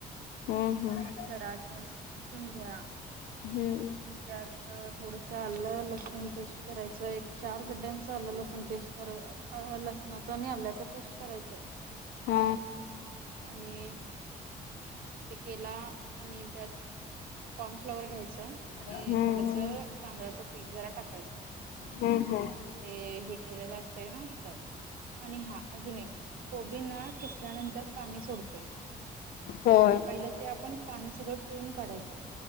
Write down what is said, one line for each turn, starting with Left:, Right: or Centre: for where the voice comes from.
Left: हम्म
Right: कट करा किंवा किसून घ्या.
Left: हम्म.
Right: आणि त्यात थोडस आलं लसूण पेस्ट करायच एक चार गड्ड्यांच. त आलं लसण पेस्ट करा ल लसणाच आणि आल्याचं. पेस्ट करायच
Left: हा
Right: आणि. ते केला आणि त्यात कॉर्नफ्लॉवर घ्यायचा. आणि
Left: हम्म
Right: थोडस
Left: हम्म
Right: तांदळाचं पीठ जरा टाकायचं.
Left: हम्म हम्म.
Right: ते हे केलेलं असतय ना त्यात आणि हा अजून एक. कोबींना किसल्यानंतर पाणी सोडते.
Left: होय.
Right: पहिलं ते आपण पाणी सगळं पिळून काढायचं.